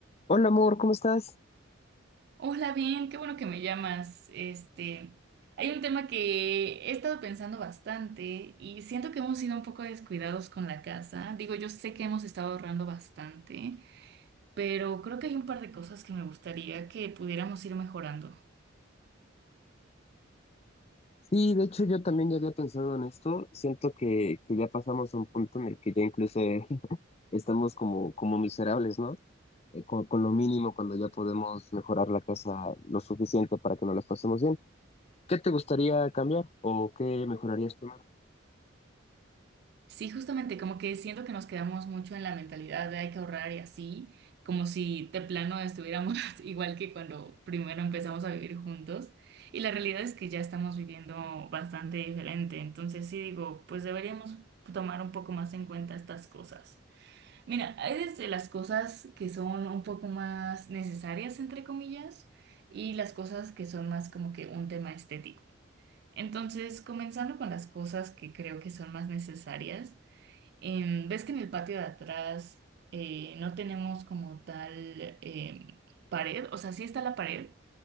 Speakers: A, on the left; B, on the right.
A: Hola amor, ¿cómo estás?
B: Hola, bien, qué bueno que me llamas. Este, hay un tema que he estado pensando bastante y siento que hemos sido un poco descuidados con la casa. Digo, yo sé que hemos estado ahorrando bastante, pero creo que hay un par de cosas que me gustaría que pudiéramos ir mejorando.
A: Sí, de hecho yo también ya había pensado en esto. Siento que, que ya pasamos a un punto en el que ya incluso eh, <laughs> estamos como, como miserables, ¿no? Eh, con, con lo mínimo cuando ya podemos mejorar la casa lo suficiente para que nos las pasemos bien. ¿Qué te gustaría cambiar o qué mejorarías primero?
B: Sí, justamente, como que siento que nos quedamos mucho en la mentalidad de hay que ahorrar y así, como si de plano estuviéramos <laughs> igual que cuando primero empezamos a vivir juntos. Y la realidad es que ya estamos viviendo bastante diferente. Entonces sí digo, pues deberíamos tomar un poco más en cuenta estas cosas. Mira, hay desde las cosas que son un poco más necesarias, entre comillas, y las cosas que son más como que un tema estético. Entonces, comenzando con las cosas que creo que son más necesarias. En- ves que en el patio de atrás eh, no tenemos como tal em, pared, o sea, sí está la pared,